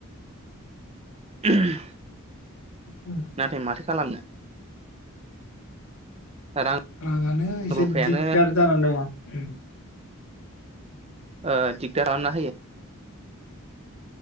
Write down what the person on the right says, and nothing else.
<unintelligible>
नाथाय माथो खालामनो। रां
रुफायानो
ओ दिगदार खालामना होयो